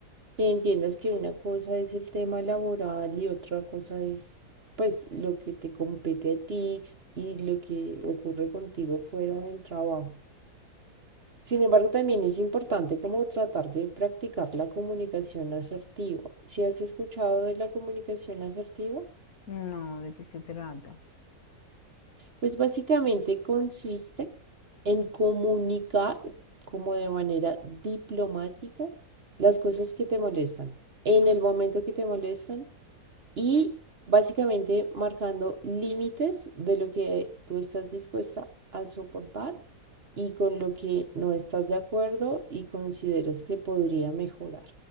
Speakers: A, on the right; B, on the left.
A: que entiendas que una cosa es el tema laboral y otra cosa es pues lo que te compete a ti y lo que ocurre contigo fuera del trabajo. Sin embargo, también es importante como tratar de practicar la comunicación asertiva. ¿Si has escuchado de la comunicación asertiva?
B: no, de qué se trata.
A: Pues básicamente consiste en comunicar como de manera diplomática las cosas que te molestan, en el momento que te molestan y básicamente marcando límites de lo que tú estás dispuesta a soportar y con lo que no estás de acuerdo y consideras que podría mejorar,